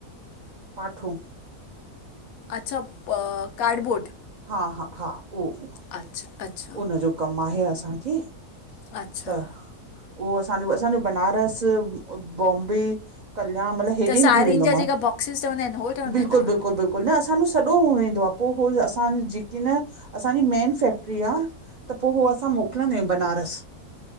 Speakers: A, on the right; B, on the left.
A: पाठो
B: अच्छा कार्डबोर्ड?
A: हा- हा- हा‌‌ उह -उह
B: अच्छा -अच्छा
A: उनजो कमु आहे असांखे
B: अच्छा
A: त उहो असांजो -असांजो बनारस, बॉम्बे कल्याण मतलब हेॾे
B: त
A: -हेॾे
B: साड़ियुनि
A: वेंदोआ
B: जा
A: माल
B: जेका बॉक्सिस ठहंदा आहिनि उहे ठहंदा
A: बिल्कुलु
B: आहिनि तव्हां
A: -बिल्कुलु- बिल्कुलु न असांजो सॼो वदो आहे असां जेक न असां जी मेन टीया त पोइ उ असां मोकिलींदायूं बनारस।